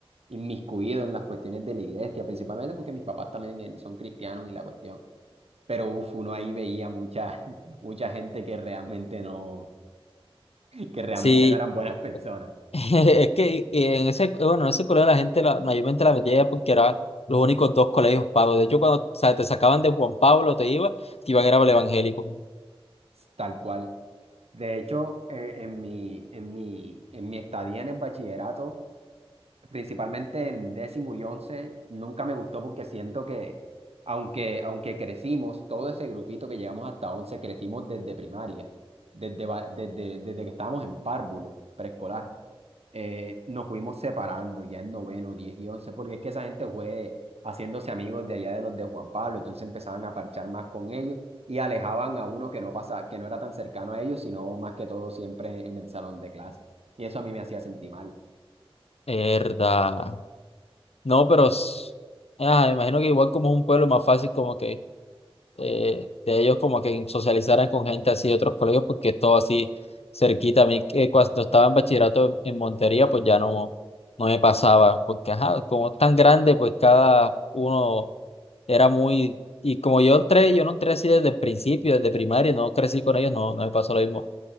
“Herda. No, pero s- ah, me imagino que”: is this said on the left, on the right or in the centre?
Left